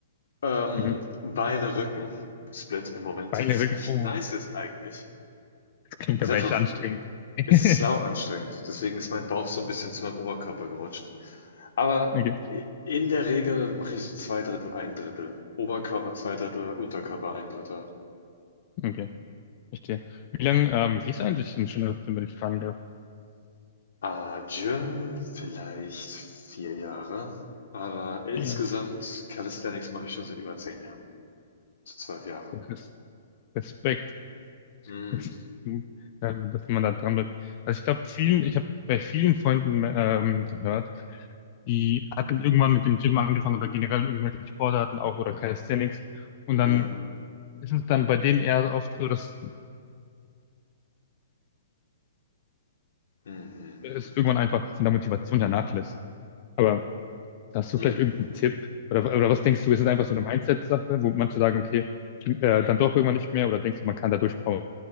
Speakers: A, on the left; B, on the left.
A: Ähm,
B: Mhm.
A: Beine, Rücken. Split im Moment,
B: Beine
A: der ziemlich
B: wirklich, oh,
A: nice ist eigentlich.
B: das klingt
A: Es
B: aber
A: Ist einfach,
B: echt anstrengend. <laughs>
A: es ist sau anstrengend. Deswegen ist mein Bauch so ein bisschen zu meinem Oberkörper gerutscht. Aber
B: Okay,
A: i- in der Regel mache ich so zwei Drittel, ein Drittel. Oberkörper zwei Drittel, Unterkörper ein Drittel.
B: okay, verstehe. Wie lange ähm, gehst du eigentlich denn schon, wenn ich fragen darf?
A: Ah, Gym vielleicht vier Jahre. Aber insgesamt
B: Ja,
A: Calisthenics mache ich schon seit über zehn Jahren. So zwölf Jahre.
B: das ist Respekt,
A: Mm,
B: dass du- äh, dass man da dran bleibt. Also ich glaube, vielen, ich habe bei vielen Freunden ähm, gehört, Die hatten irgendwann mit dem Gym angefangen oder generell irgendwelche Sportarten auch oder Calisthenics. Und dann
A: ja.
B: ist es dann bei denen eher oft so, dass
A: Mm, mm,
B: es irgendwann einfach von der Motivation her nachlässt. Aber hast du
A: mm,
B: vielleicht
A: mm, mm,
B: irgendeinen
A: mm.
B: Tipp? Oder, oder was denkst du, ist es einfach so eine Mindset-Sache, wo manche sagen, okay, äh, dann doch irgendwann nicht mehr? Oder denkst du, man kann da durchpowern,